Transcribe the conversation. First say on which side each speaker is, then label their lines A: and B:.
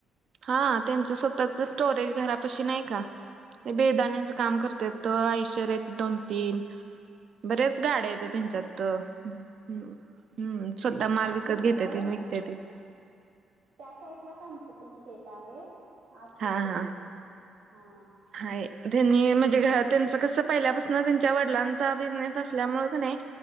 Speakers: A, on the right; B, on the right.
A: हा त्यांचं स्वतःच स्टोरेज घरापाशी नाही का? बेदाण्याच काम करतेत आयशर आहेत दोन तीन. बरेच गाड्या आहेतेत
B: हं.
A: त्यांच्यात हम्म
B: हम्म
A: स्वतः
B: हम्म.
A: माल
B: असतील
A: विकत घेतेत
B: तिकडं
A: आणि विकतेत.
B: त्या साईडलाच आमतं पण शेत आहे असतील
A: हा
B: तिकड
A: हा.
B: हा.
A: हाय त्यांनी म्हणजे घ त्यांच कसं पहिल्यापासून त्यांच्या वडिलांचा बिझनेस असल्यामुळें नाही.